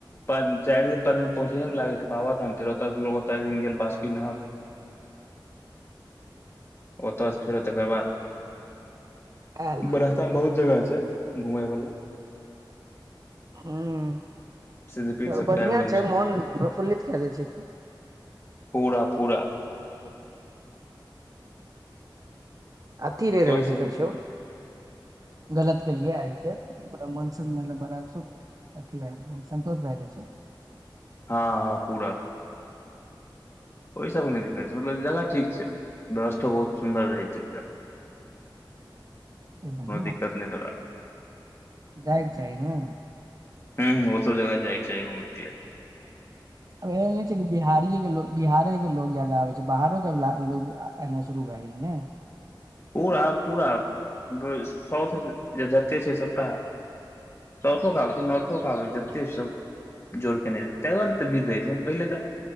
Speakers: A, on the left; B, on the right.
A: प चार दिन पाँच दिन पहुँचय मे लागै छै बाबाधाम फेर ओतय ओत एक दिन गेल बासुकीनाथ ओतऽ स फेरो तकर बाद
B: आयल
A: बरसता मे बहुत जगह छै घुमय वाला
B: ह
A: सिद्धपीठ सब
B: बढ़िआं
A: कए गो ने
B: छै मोन प्रफुल्लित कए दै छै की
A: पूरा पूरा
B: अथी रे
A: ओहि
B: रहे छै
A: सब
B: कछौ गलत केलिए आयबके आ मनसख मतलब बड़ा सुख अथि भए सन्तोष भए जाइ छै
A: हँ हँ पूरा ओय सबमे नय दिक्कत छै मतलब जगह ठीक छै दरस्थो बहुत सुंन्दर रहै छै
B: बढ़िया बात
A: दिक्कत
B: छै
A: नहि तोरा
B: जाइके चाही ने
A: ह ओ सब जगह जाइ के चाही घुमयके लेल
B: ओए एहन छै बिहारीये के लोक बिहारे के लोग जादा आबै छै बाहरो के लोग एनाइ शुरू भए गेल ने
A: पूरा पूरा साउथ जते छै न सबटा साउथो क आबै छै नॉर्थोक आबै छै जते सब जोर केने रहै तांऽ दुआरे न एतेऽ भीड़ रहै छै पहिले तऽ